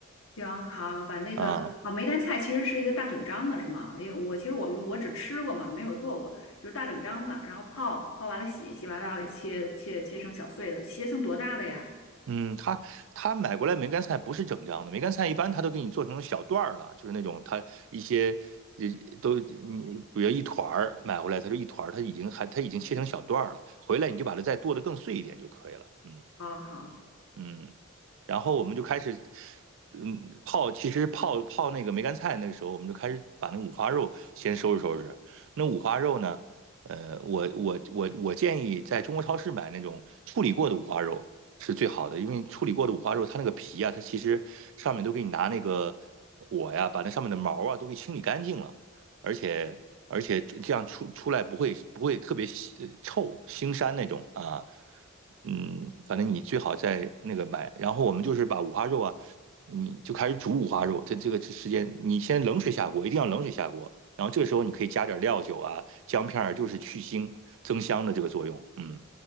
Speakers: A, on the left; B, on the right.
A: 行，好，把那个啊梅干菜其实是一个大整张的，
B: 啊。
A: 是吗？因为我其实我们我只吃过嘛，没有做过，就是大整张的，然后泡泡完了洗，洗完了然后给切切切成小碎的，切成多大的呀？
B: 嗯，他他买过来梅干菜不是整张的，梅干菜一般他都给你做成小段儿了，就是那种他一些呃都你比如一团儿买回来，他就一团儿，他已经还他已经切成小段儿了，回来你就把它再剁得更碎一点就可以了。嗯。
A: 好好。
B: 嗯，然后我们就开始，嗯，泡，其实泡泡那个梅干菜，那个时候我们就开始把那五花肉先收拾收拾。那五花肉呢，呃，我我我我建议在中国超市买那种处理过的五花肉是最好的，因为处理过的五花肉它那个皮啊，它其实上面都给你拿那个火呀，把那上面的毛啊都给清理干净了，而且而且这样出出来不会不会特别腥呃臭腥膻那种啊。嗯，反正你最好在那个买。然后我们就是把五花肉啊，你就开始煮五花肉。这这个时间，你先冷水下锅，一定要冷水下锅。然后这个时候你可以加点料酒啊、姜片儿，就是去腥增香的这个作用。嗯，